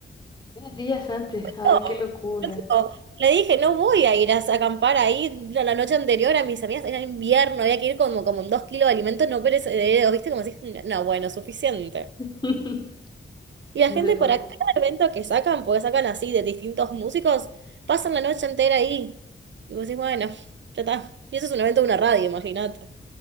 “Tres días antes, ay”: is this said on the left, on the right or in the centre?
Left